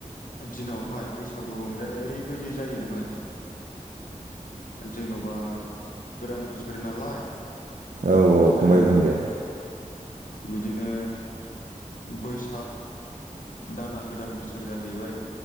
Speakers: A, on the left (about 75°); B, on the right (about 70°).
A: दिनावहाय बैसागु रंजानाया ओरैबायदि जायोमोन जेन'बा गोदान बोसोर नालाय
B: औ औ फंबाय
A: ओ
B: बुं दे।
A: बिदिनो बैसाग दाना गोदान बोसोर जाहैबाय।